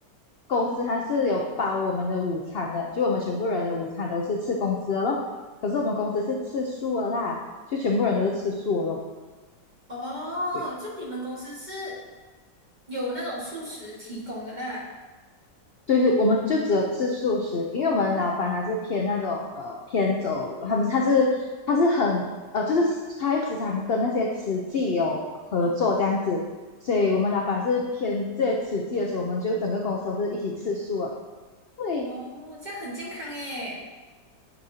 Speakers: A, on the left; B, on the right.
A: 公司它是有包我们的午餐的，就我们全部人的午餐都是吃公司的咯。可是我们公司是吃素的啦，就全部人都是吃素的咯。
B: 哦，
A: 对
B: 就你们公司是有那种素食提供的啦。
A: 对对，我们就只有吃素食，因为我们老板还是偏那种呃偏走，他们他是他是很呃，就是他会时常跟那些慈济有合作这样子，
B: 哦，
A: 所以我们老板是偏这些慈济的，所以我们就整个公司都是一起吃素啊。对，
B: 哦，这样很健康诶。